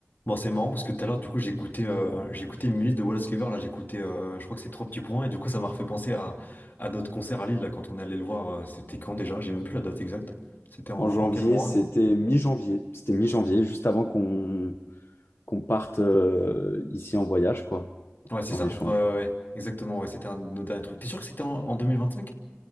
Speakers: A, on the left; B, on the left.
A: Bon, c'est marrant parce que tout à l'heure, du coup, j'ai écouté, euh, j'ai écouté une minute de Wallace Cleaver. Là, j'ai écouté, euh, je crois que c'est Trois Petits Points. Et du coup, ça m'a refait penser à, à notre concert à Lille, là, quand on est allé le voir. euh, C'était quand déjà? J'ai même plus la date exacte. C'était en,
B: En
A: en
B: janvier,
A: quel mois?
B: c'était mi-janvier. C'était mi-janvier, juste avant qu'on qu'on parte euh, ici en voyage, quoi,
A: Ouais, c'est
B: en
A: ça.
B: échange.
A: Ouais, ouais, ouais. Exactement. Ouais, c'était un de nos derniers trucs. T'es sûr que c'était en, en cinq